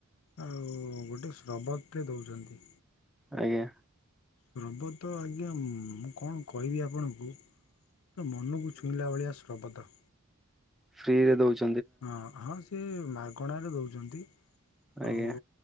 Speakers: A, on the left; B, in the centre.
A: ଆଉ ଗୋଟେ ଶ୍ରବତ୍ ଟେ ଦଉଚନ୍ତି।
B: ଆଜ୍ଞା।
A: ଶ୍ରବତ ଆଜ୍ଞା ମୁଁ କଣ କହିବି ଆପଣଙ୍କୁ। ମନକୁ ଛୁଇଁଲା ଭଳିଆ ସ୍ରବତ।
B: ଫ୍ରି ରେ ଦଉଚି।
A: ହଁ ହଁ ସେ ମାଗଣାରେ ଦେଉଚନ୍ତି
B: ଆଜ୍ଞା
A: ଆଉ